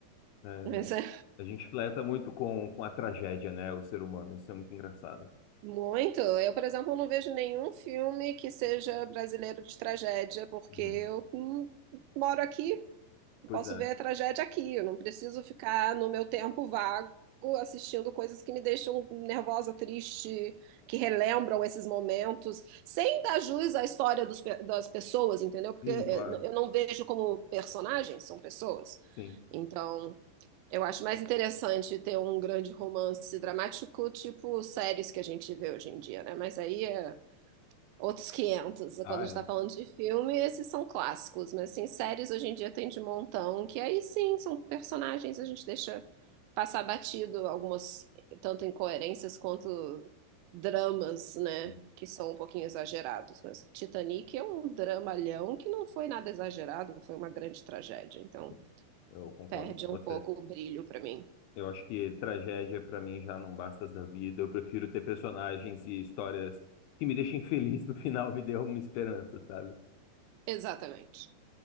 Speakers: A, on the left (about 80°); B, on the right (about 85°).
A: É,
B: Mas
A: eu-
B: é
A: A gente fleta muito com, com a tragédia, né? O ser humano. Isso é muito engraçado.
B: muito. Eu, por exemplo, não vejo nenhum filme que seja brasileiro de tragédia, porque
A: Uhum.
B: eu hum, moro aqui. Eu
A: Pois
B: posso
A: é.
B: ver a tragédia aqui, eu não preciso ficar no meu tempo vago assistindo coisas que me deixam nervosa, triste, que relembram esses momentos, sem dar jus à história dos pe- das pessoas, entendeu? Porque
A: Sim,
B: eh,
A: claro.
B: eu não vejo como personagens, são pessoas.
A: Sim.
B: Então, eu acho mais interessante ter um grande romance dramático, tipo séries que a gente vê hoje em dia, né? Mas aí é Outros quinhentos
A: Ah,
B: Quando a gente
A: é.
B: tá falando de filme, esses são clássicos. Mas, assim, séries hoje em dia tem de montão, que aí sim, são personagens, a gente deixa passar batido algumas, tanto incoerências quanto dramas, né?
A: Sim,
B: Que são um pouquinho exagerados. Mas Titanic é um dramalhão que não foi nada exagerado, foi uma grande tragédia. Então,
A: sim. Eu concordo
B: perde
A: com você.
B: um pouco o brilho pra mim.
A: Eu acho que tragédia, pra mim, já não basta da vida. Eu prefiro ter personagens e histórias que me deixem <laughs> feliz no final, me dê alguma esperança, sabe?
B: Exatamente.